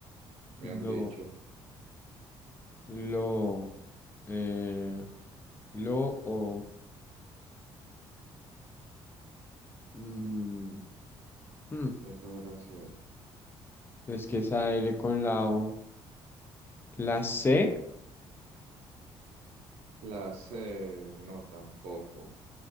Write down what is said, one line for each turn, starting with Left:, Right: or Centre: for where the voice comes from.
Right: me
Left: Lo,
Right: han dicho.
Left: lo, eh, Lo o. Mm, hmm,
Right: ¿Qué podrá ser?
Left: Es que esa L con la O. La C,
Right: La C, no, tampoco.